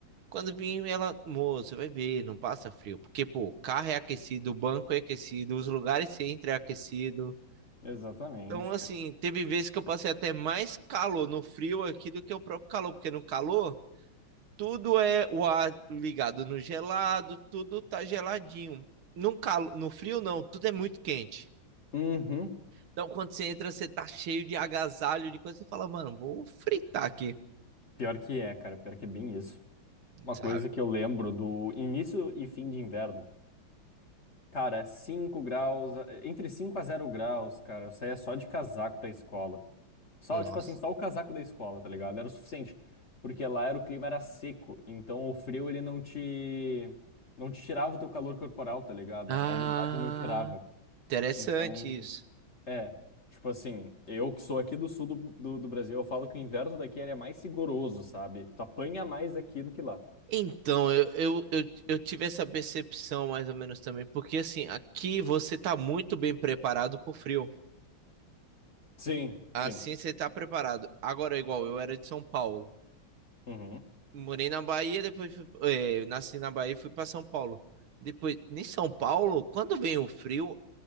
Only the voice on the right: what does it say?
Quando vim, ela, moço, vai ver, não passa frio. Porque, pô, o carro é aquecido, o banco é aquecido, os lugares que você entra é aquecido.
Então, assim, teve vezes que eu passei até mais calor no frio aqui do que o próprio calor, porque no calor, tudo é o ar ligado no gelado, tudo tá geladinho. No calo, no frio, não, tudo é muito quente.
Então, quando você entra, você tá cheio de agasalho, de coisa, você fala, mano, vou fritar aqui,
sabe?
Nossa.
Ah,
interessante
isso.
Então, eu, eu, eu, eu tive essa percepção mais ou menos também, porque assim, aqui você tá muito bem preparado pro frio.
Assim
você tá preparado. Agora, igual eu era de São Paulo.
Morei na Bahia, depois fui- eh, nasci na Bahia e fui pra São Paulo. Depois, em São Paulo, quando vem o frio,